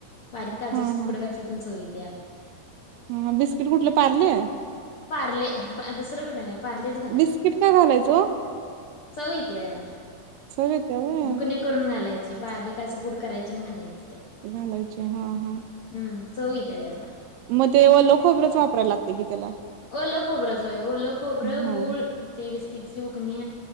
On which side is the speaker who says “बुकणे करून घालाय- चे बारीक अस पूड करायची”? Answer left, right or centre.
Left